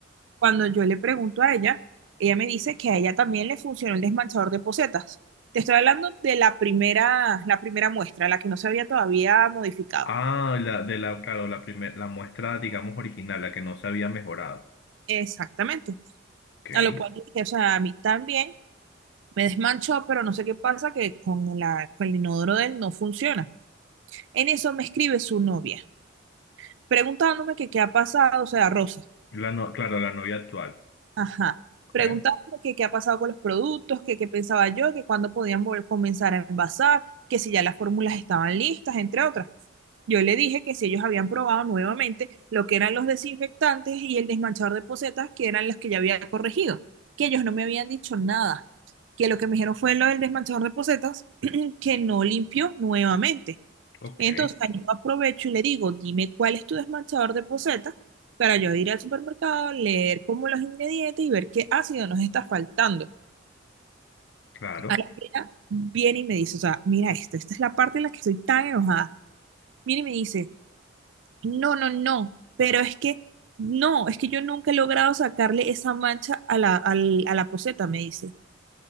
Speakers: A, on the right (about 70°); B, on the left (about 65°).
A: Cuando yo le pregunto a ella, ella me dice que a ella también le funcionó el desmanchador de pocetas. Te estoy hablando de la primera, la primera muestra, la que no se había todavía modificado.
B: Ah, la, de la, claro, la primer, la muestra, digamos, original, la que no se había mejorado.
A: Exactamente.
B: Ok.
A: A lo cual dije, o sea, a mí también me desmanchó, pero no sé qué pasa, que con, la, con el inodoro de él no funciona. En eso me escribe su novia, preguntándome que qué ha pasado, o sea, Rosa,
B: La no- claro, la novia actual.
A: Ajá.
B: Ok,
A: Preguntándome que qué ha pasado con los productos, que qué pensaba yo, que cuándo podían volver, comenzar a envasar, que si ya las fórmulas estaban listas, entre otras. Yo le dije que si ellos habían probado nuevamente lo que eran los desinfectantes y el desmanchador de pocetas, que eran los que ya había corregido, que ellos no me habían dicho nada, que lo que me dijeron fue lo del desmanchador de pocetas, <clears throat> que no limpió nuevamente.
B: ok,
A: Entonces, ahí yo aprovecho y le digo, dime cuál es tu desmanchador de poceta para yo ir al supermercado, leer como los ingredientes y ver qué ácido nos está faltando.
B: claro.
A: Ahí ella viene y me dice, o sea, mira esto, esta es la parte en la que estoy tan enojada. Viene y me dice, no, no, no, pero es que, no, es que yo nunca he logrado sacarle esa mancha a la, al- a la poceta, me dice.